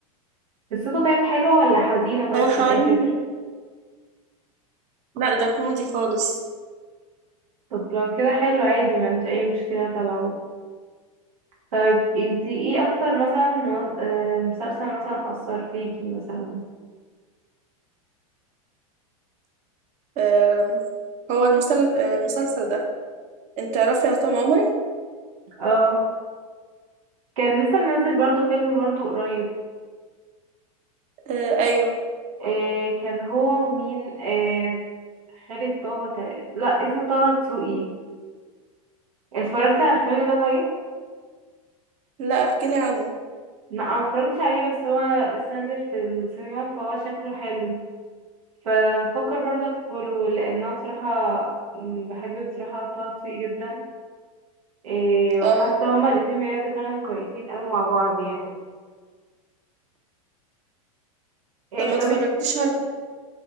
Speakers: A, on the right (about 80°); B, on the right (about 40°).
A: قصته طيب حلوة ولا حزينة طيب
B: هو حوالي
A: في الاخر؟
B: لا ده كوميدي خالص
A: طب لو كده حلو عادي ما عنديش اي مشكلة تبعه طيب انتي ايه اكتر مثلا مو- آه، مسلسل مثلا اثر فيكي مثلا؟
B: آه هو المسل... آه، المسلسل ده انت تعرفي عصام عمر
A: اه كان لسه منزل برضو فيلم برضو قريب
B: آه ايوه
A: آه كان هو ومين آه خالد طه تقريبا لا اسمه طه دسوقي اتفرجت على الفيلم ده طيب
B: لا احكي لي عنه
A: لا ما اتفرجتش عليه بس هو لسه نازل في السينما فهو شكله حلو فبفكر برضه ادخله لان انا بصراحه م، بحب بصراحه طه دسوقي جدا آه
B: اه
A: وحاسه هما الاتنين بجد فعلا كويسين قوي مع بعض يعني آه
B: طب ما اتفرجتيش
A: طب إن-
B: على